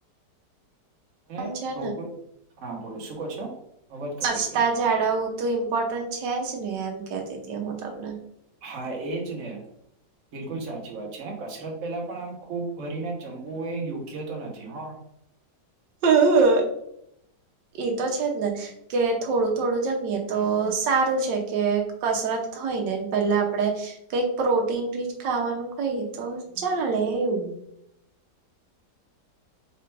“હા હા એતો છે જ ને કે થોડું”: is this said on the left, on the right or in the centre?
Right